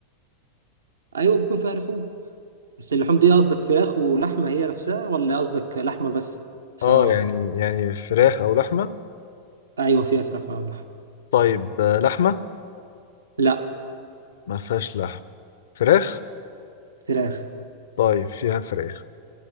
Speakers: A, on the right; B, on the left.
A: ايوه بيكون فيها لحوم بس اللحوم دي قصدك فراخ ولحمة هي نفسها ولا قصدك لحمة بس عشان
B: اه
A: أعرف
B: يعني يعني فراخ أو لحمة
A: أيوة فيها فراخ ولا لحمة
B: طيب آه، لحمة
A: لا
B: ما فيهاش لحم فراخ
A: فراخ
B: طيب فيها فراخ